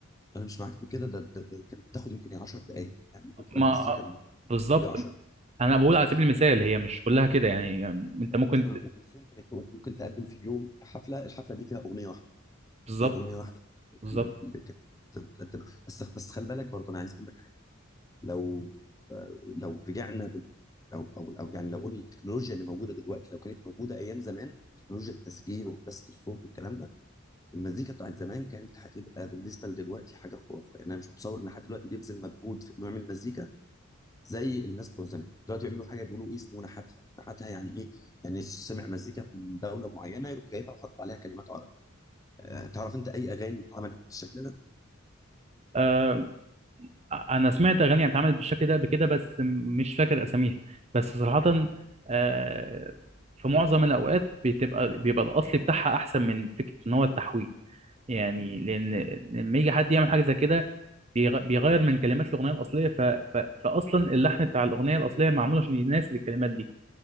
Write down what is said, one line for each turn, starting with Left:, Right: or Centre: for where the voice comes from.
Left: انا مش معاك في كده ده, ده, ده كانت بتاخد يمكن 10 دقائق يعني ممكن تبقى
Right: ما
Left: المزيكا
Right: آه،
Left: الممكن
Right: بالظبط
Left: تيجي 10 دقائق
Right: انا بقول
Left: واكتر
Right: على سبيل المثال هي مش كلها كده يعني يعني انت
Left: يعني
Right: ممكن
Left: مثلا ام كلثوم كانت تو- ممكن تقدم في اليوم حفله الحفله دي فيها اغنيه واحده
Right: بالظبط
Left: هي اغنيه واحده
Right: بالظبط
Left: اللي اللي كانت بتقدم بس بس خلي بالك برضه انا عايز اقول لك حاجه لو لو رجعنا بال او او او يعني لو قلنا التكنولوجيا اللي موجوده دلوقتي لو كانت موجوده ايام زمان تكنولوجيا التسجيل وهندسه الصوت والكلام ده المزيكا بتاعت زمان كانت هتبقى بالنسبه لدلوقتي حاجه خرافه يعني انا مش متصور ان حد دلوقتي بيبذل مجهود في انه يعمل مزيكا زي الناس بتوع زمان دلوقتي بيعملوا حاجه بيقولوا ايه اسمه نحتها نحتها يعني ايه يعني سمع مزيكا من دوله معينه يروح جايبها وحط عليها كلمات عربي أه تعرف انت اي اغاني اتعملت بالشكل ده
Right: آه، انا سمعت اغاني اتعملت بالشكل ده قبل كده بس م- مش فاكر اساميها بس صراحة آه، في معظم الاوقات بتبقى بيبقى الاصل بتاعها احسن من فكرة ان هو التحويل يعني لان لما يجي حد يعمل حاجة زي كده بيغ- بيغير من كلمات الاغنية الاصلية ف... ف... فاصلا اللحن بتاع الاغنية الاصلية معمول عشان يناسب الكلمات دي